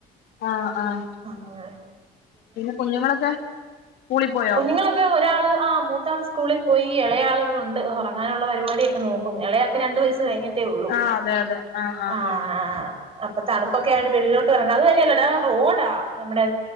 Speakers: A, on the left; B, on the right.
A: ആഹ് ആഹ്
B: ആഹ്
A: പിന്നെ കുഞ്ഞുങ്ങളൊക്കെ? സ്കൂളി പോയോ
B: കുഞ്ഞുങ്ങളൊക്കെ ഒരാൾ ആ മൂത്താൾ സ്കൂളിൽ പോയി ഇളയാൾ ഇവിടെ ഉണ്ട് ഉറങ്ങാനുള്ള പരിപാടിയൊക്കെ നോക്കുന്നു ഇളയാൾക്ക് രണ്ട് വയസ് കഴിഞ്ഞിട്ട് ട്ടേ ഉള്ളൂ
A: ആഹ് അതെ അതെ ആഹ് ആഹ്
B: ആ
A: ആഹ്
B: അപ്പൊ തണുപ്പൊക്കെ ആയൊണ്ട് വെളിലോട്ട് ഇറങ്ങ അത് തന്നെയല്ലോടാ റോഡാ നമ്മുടെ